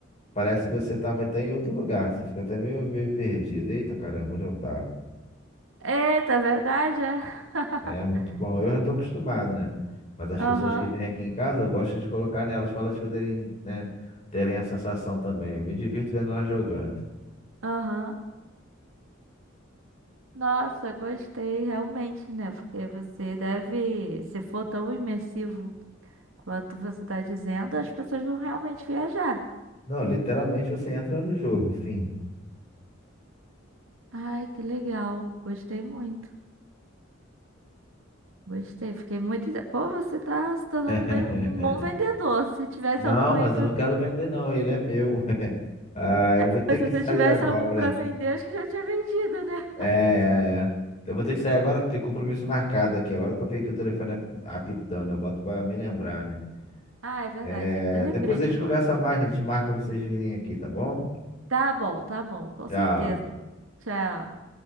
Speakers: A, on the left (about 35°); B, on the right (about 80°).
A: Parece que você tava até em outro lugar. Você fica até meio, meio perdido. Eita, caramba, onde eu tava?
B: Eita, verdade, é? <laughs>
A: É muito bom. Eu já tô acostumado, né? Mas as
B: Aham,
A: pessoas que vêm aqui em casa, eu gosto de colocar nelas para elas poderem, né, terem a sensação também. Eu me divirto vendo elas jogando.
B: aham. Nossa, gostei, realmente, né? Porque você deve, se for tão imersivo quanto você tá dizendo, as pessoas vão realmente viajar.
A: Não, literalmente você entra no jogo, fim.
B: Ai, que legal. Gostei muito. Gostei. Fiquei muito. inte- Pô, você tá se tornando
A: <laughs>
B: bem um bom vendedor. Se tivesse
A: Não,
B: algum
A: mas
B: aí pra.
A: eu não quero vender, não. Ele é meu. <laughs> Ah, eu
B: <laughs>
A: vou ter
B: Se
A: que
B: você
A: sair
B: tivesse
A: agora.
B: algum pra vender, acho que já tinha vendido, né?
A: É, é, é. Eu vou ter que sair agora, porque tem compromisso marcado aqui. Agora que eu vi que o telefone ap- apitando, eu boto pra me lembrar, né?
B: Ah, é verdade.
A: É,
B: Tem que ter lembrete
A: depois a gente
B: agora.
A: conversa mais, gente marca vocês virem aqui, tá bom?
B: Tá bom, tá bom. Com
A: Tchau.
B: certeza. Tchau.